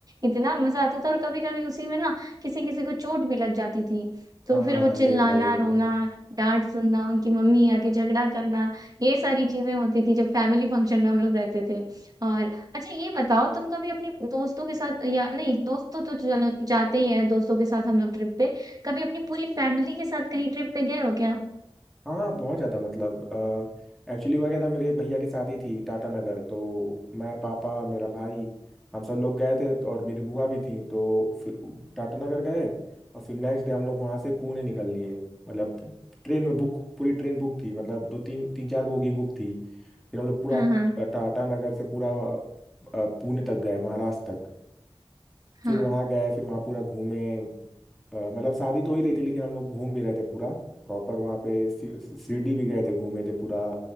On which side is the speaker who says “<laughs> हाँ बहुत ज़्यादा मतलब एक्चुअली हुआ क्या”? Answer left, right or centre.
Centre